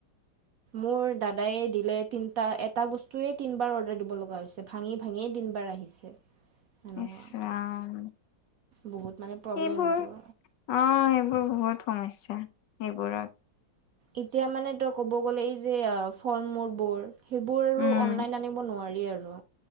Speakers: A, on the right; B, on the left.
A: মোৰ দাদাই দিলে তিনটা এটা বস্তুয়ে তিনবাৰ অৰ্ডাৰ দিব লগা হৈছে। ভাঙি ভাঙিয়েই তিনবাৰ আহিছে। সেনেকুৱা
B: ইছ ৰাম।
A: বহুত মানে, প্ৰব্লেম
B: সেইবোৰ
A: এইবোৰ
B: অ সেইবোৰ বহুত সমস্যা সেইবোৰত।
A: এতিয়া মানে তই ক'ব গলে এই যে ফল মূলবোৰ। সেইবোৰ আৰু
B: উম
A: অনলাইন আনিব নোৱাৰি আৰু